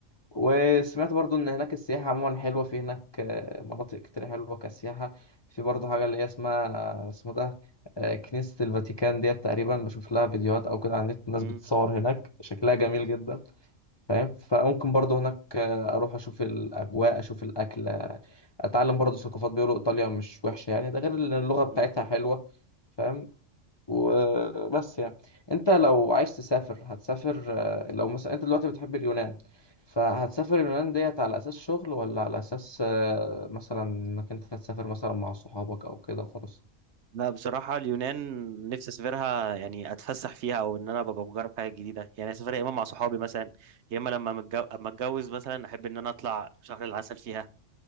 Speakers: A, on the left; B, on the right.
A: وسمعت برضو إن هناك السياحة عموما حلوة في هناك آه، مناطق كتير حلوة كسياحة في برضو حاجة اللي هي اسمها اسمه ده آه، كنيسة الفاتيكان ديت تقريبا بشوف لها فيديوهات أو كده على النت الناس
B: مم.
A: بتصور هناك شكلها جميل جدا فاهم فممكن برضو هناك آه، اروح اشوف الاجواء اشوف الاكل آه، اتعلم برضو ثقافات بيقولوا ايطاليا مش وحشه يعني ده غير ان اللغه بتاعتها
B: مم.
A: حلوه فاهم وبس يعني انت لو عايز تسافر هتسافر آه، لو مثلا انت دلوقتي بتحب اليونان فهتسافر اليونان ديت على اساس شغل ولا على اساس آه، مثلا انك انت هتسافر مثلا مع صحابك او كده وخلاص
B: لا بصراحة اليونان نفسي أسافرها يعني أتفسح فيها أو إن أنا ببقى بجرب حاجة جديدة يعني أسافرها يا إما مع صحابي مثلا يا إما لما متجو... أما أتجوز مثلا أحب إن أنا أطلع شهر العسل فيها